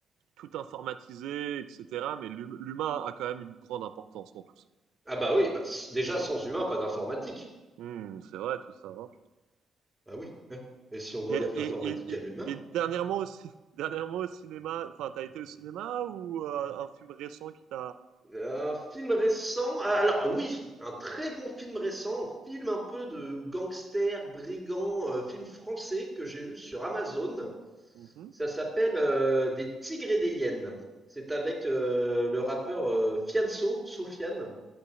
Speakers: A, on the right; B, in the centre.
A: tout informatiser, etc. Mais l'hu- l'humain a quand même une grande importance dans tout ça.
B: Ah bah oui, bah, s- déjà, sans humain, pas d'informatique.
A: Hmm, c'est vrai tout ça. hein.
B: Ah oui, hein. Et si on enlève
A: Et, et,
B: l'informatique
A: et, et-
B: à l'humain?
A: et dernièrement aussi, <laughs> dernièrement au cinéma, enfin, t'as été au cinéma ou euh, un film récent qui t'a.
B: Un film récent? Ah, alors oui, un très bon film récent, film un peu de gangster, brigand, euh, film français que j'ai vu sur Amazon.
A: Mhm.
B: Ça s'appelle euh, Des tigres et des hyènes. C'est avec euh, le rappeur euh, Fianso, Sofiane.